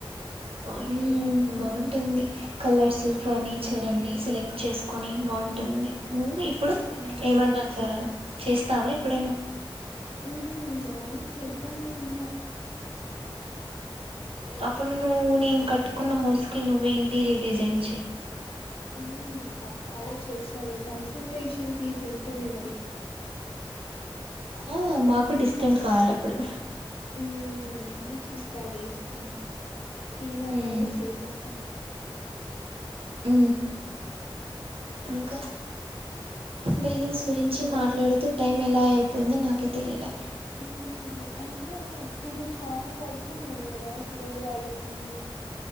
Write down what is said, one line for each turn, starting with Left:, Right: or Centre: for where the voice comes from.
Right: అ
Left: ఎక్కువగా
Right: హ్ బాన్ టుంది కలర్స్ ఫర్నిచర్
Left: మ్మ్
Right: అన్ని సెలెక్ట్ చేసుకొని బాగుంటుంది నువ్వు ఇ ఇప్పుడు
Left: మ్మ్
Right: ఏమన్న అట్లా చేస్తావా ఇప్పుడన్న
Left: ఉ అవును చేద్దామని ఉన్నా
Right: అప్పుడు నువ్వు నేను కట్టుకున్న హౌస్ కి నువ్వే ఇంటీరియర్ డిజైన్ చేయ్.
Left: ఆ పక్కాగా చేస్తాలి కన్సల్టేషన్ ఫీజు ఉంటుంది మరి
Right: ఆ మాకు డిస్కౌంట్ కావాలి అప్పుడు
Left: ఉ చూస్తా లే ఇస్తా ఫ్రీగా అన్నా
Right: ఉమ్
Left: కూడా చేసిస్తా
Right: హు ఇంకా బిల్డింగ్స్ గురించి
Left: ఏం తిన్నావు
Right: మాట్లాడుతూ టైం ఎలాఅయిపోయిందొ నాకే తెలియలే
Left: మ్మ్, అయినా ఇప్పుడు చాలా వర్క్ ఉందిేమోదా కదా సివిల్ వాళ్ళకి